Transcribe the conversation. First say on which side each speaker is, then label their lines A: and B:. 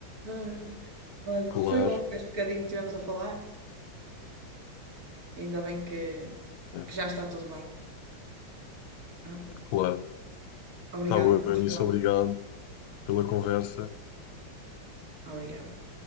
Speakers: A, on the right; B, on the left.
A: Ah, Olha,
B: claro,
A: foi bom este bocadinho que tivemos a falar. Ainda bem que,
B: é,
A: que já está tudo bem. Ah,
B: claro.
A: obrigada,
B: Está bom,
A: vamos
B: Anísio,
A: falando.
B: obrigado pela conversa.
A: Obrigada.